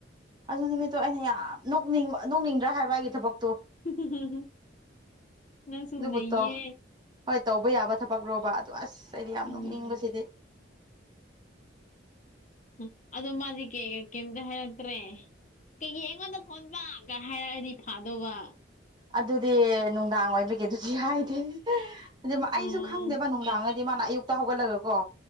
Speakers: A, on the right; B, on the left.
A: ꯑꯗꯨ ꯅꯨꯃꯤꯠꯇꯣ ꯑꯩꯅ ꯌꯥꯝ ꯅꯣꯛꯅꯤꯡꯕ ꯅꯣꯛꯅꯤꯡꯗ꯭ꯔꯥ ꯍꯥꯏꯕ ꯑꯩꯒꯤ ꯊꯕꯛꯇꯣ
B: <inaudible> ꯅꯪꯁꯨ
A: ꯑꯗꯨꯕꯨꯇꯣ
B: ꯅꯩꯌꯦ
A: ꯍꯣꯏ ꯇꯧꯕ ꯌꯥꯕ ꯊꯕꯛ ꯔꯣꯕ ꯑꯗꯨ ꯑꯁ ꯑꯩꯗꯤ ꯌꯥꯝ
B: ꯎꯝ
A: ꯅꯣꯛꯅꯤꯡꯕꯁꯤꯗꯤ꯫
B: ꯍꯨꯝ ꯑꯗꯣ ꯃꯥꯗꯤ ꯀꯩꯒꯩ ꯀꯩꯝꯇ ꯍꯥꯏꯔꯛꯇ꯭ꯔꯦ ꯀꯩꯒꯤ ꯑꯩꯉꯣꯟꯗ ꯀꫭꯟꯕꯥ ꯀꯍꯥꯏꯔꯛꯑꯗꯤ ꯐꯥꯗꯧꯕ
A: ꯑꯗꯨꯗꯤ ꯅꯨꯡꯗꯥꯡ ꯑꯣꯏꯕꯒꯤ ꯑꯗꯨꯗꯤ ꯍꯥꯏꯗꯦ ꯑꯗꯨ ꯃꯥ
B: ꯎꯝ
A: ꯑꯩꯁꯨ ꯈꯪꯗꯦꯕ ꯅꯨꯡ ꯗꯥꯡꯉꯗꯤ ꯃꯥꯅ ꯑꯌꯨꯛꯇ ꯍꯧꯒꯠꯂꯒꯀꯣ